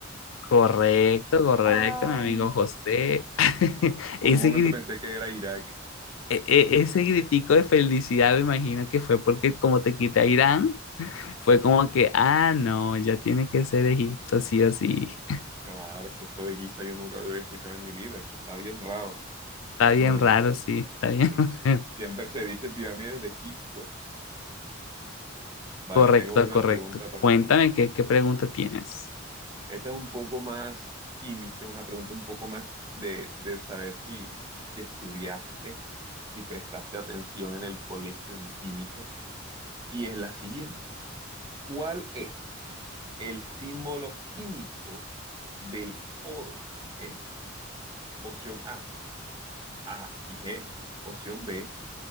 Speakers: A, on the left; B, on the right.
A: Correcto, correcto,
B: Ah.
A: mi amigo José. <laughs> Ese,
B: Por un momento
A: gri-
B: pensé que era Irak.
A: e- e- ese gritico de felicidad me imagino que fue porque como te quité a Irán, fue como que, ah, no, ya tiene que ser Egipto, sí o sí.
B: Claro, que eso de Giza yo nunca lo había escuchado en mi vida. Eso está bien raro.
A: Está bien
B: Bueno,
A: raro, sí, está bien.
B: es
A: <laughs>
B: que siempre se dice pirámides de Egipto. Vale,
A: Correcto,
B: tengo una
A: correcto.
B: pregunta
A: Cuéntame
B: para ti.
A: qué, qué pregunta tienes.
B: Esta es un poco más química, una pregunta un poco más de, de saber si, si estudiaste, si prestaste atención en el colegio en química. Y es la siguiente. ¿Cuál es el símbolo químico del oro? ¿Eh? Opción A, A y G. Opción B,